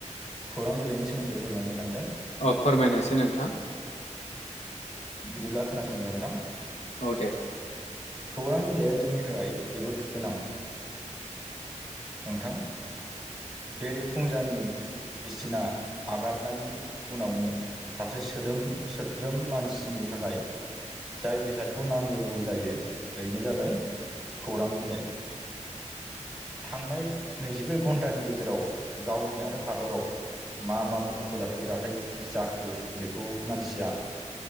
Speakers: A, in the centre; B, on the left.
A: खौरां बिलाइनि सोमोन्दै फोरमायनो सानदों।
B: अ फोरमायनायसाय नोंथां
A: बिदिब्ला खोनासंदो नोंथां।
B: औ दे।
A: खौरां बिलाइया जोंनि थाखाय जोबोद गोनां। नोंथां बेरे फुंजानि बिसिना नागारनायनि उनावनो सासे सोदोम सोद्रोम मानसिनि थाखाय जाय बेसादखौ नांगौ जायो बेनो जादों खौरां बिलाइ। थांनाय नैजिब्रै घन्टानि गेजेराव गावनि आरो हादराव मा मा मख'जाथाव जाथाय जाखो बेखौ मानसिया